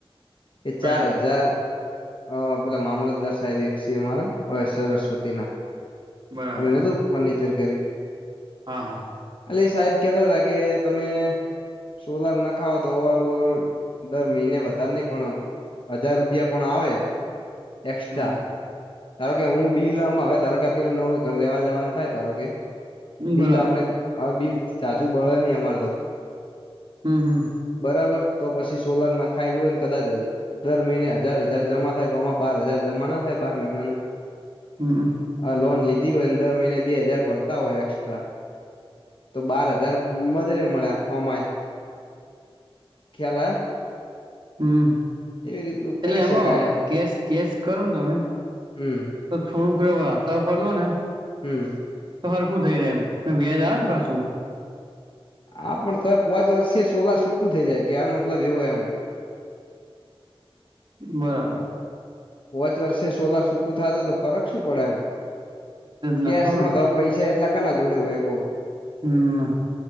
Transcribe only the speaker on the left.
એ
ચાર હજાર અ પેલા મામલતદાર સાહેબ એક સીએમ હારે સરસ્વતી ના
અમે નતું. ફર્નિચર કર્યું.
એટલે એ સાહેબ કહેતા હતા કે તમે સોલર નખાવ તો <unintelligible> દર મહિને વધાર નહી પણ હજાર રૂપિયા પણ આવે. એક્સ્ટ્રા
ધારો કે હું બિલમાં હવે ધારો કે પેલું નવ ઘર લેવા જવાનું થાય ધારો કે. બિલ
આપડે અવ બિલ ઝાઝું બળે નહી અમાર તો.
બરાબર તો પછી સોલાર નાખાયેલું હોય ને કદાચ દર મહિને હજાર હજાર જમા થાય તોમાં બાર હજાર જમા ના થાય બાર મહિનાના
આ લોન લીધી હોય ને દર મહિને બે હજાર ભર તા હોય એસ્ટ્રા તો બાર હજાર મજરેે મળ્યા હોમાય ખ્યાલા
રીતનું
કરી
શકાય એમ
હમ
હમ્મ.
આ પણ તો પાંચ વર્ષે સોલાર છૂટું થઈ જાય કે આનો મતલબ એવો એમ.
પોચ વર્ષે સોલા છૂટું થાય તો ફરક શું પડે એમ
કેસમાં
દો પૈસા એટલા કેના જોડે હોય કો